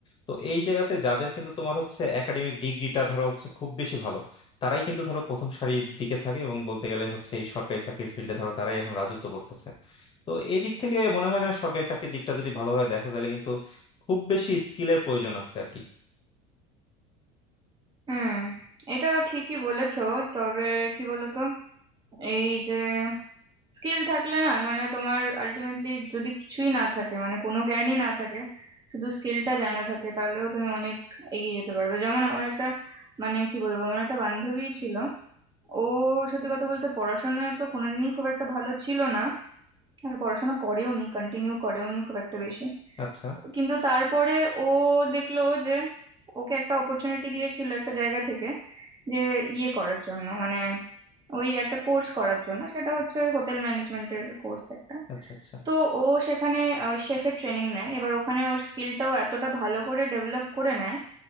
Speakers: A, on the left; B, on the right.
A: তো এই জায়গাতে যাদের কিন্তু তোমার হচ্ছে একাডেমিক ডিগ্রিটা ধরো হচ্ছে খুব বেশি ভালো তারাই কিন্তু ধরো প্রথম সারির দিকে থাকে এবং বলতে গেলে হচ্ছে এই সরকারি চাকরির ফিল্ডে ধরো তারাই এখন রাজত্ব করতেছে তো এই দিক থেকে মনে হয় না সরকারি চাকরির দিকটা যদি ভালোভাবে দেখো তাহলে কিন্তু খুব বেশি স্কিলের প্রয়োজন আছে আর কি
B: হুম এটা ঠিকই বলেছো তবে কি বলতো এই যে স্কিল থাকলে না মানে তোমার আলটিমেটলি যদি কিছুই না থাকে মানে কোনো জ্ঞানই না থাকে শুধু স্কিলটা জানা থাকে তাহলেও তুমি অনেক এগিয়ে যেতে পারবে যেমন আমার একটা মানে কি বলবো আমার একটা বান্ধবী ছিল ও সত্যি কথা বলতে পড়াশোনায় তো কোনোদিনই খুব একটা ভালো ছিল না আর পড়াশোনা করেও নি কন্টিনিউ করেও নি খুব একটা বেশি
A: আচ্ছা
B: কিন্তু তারপরে ও দেখলো যে ওকে একটা অপরচুনিটি দিয়েছিল একটা জায়গা থেকে যে ইয়ে করার জন্য মানে ওই একটা কোর্স করার জন্য সেটা হচ্ছে ওই হোটেল ম্যানেজমেন্টের কোর্স একটা
A: আচ্ছা আচ্ছা
B: তো ও সেখানে শেফের ট্রেনিং নেয় এবার ওখানে ওর স্কিলটাও এতটা ভালো করে ডেভেলপ করে নেয়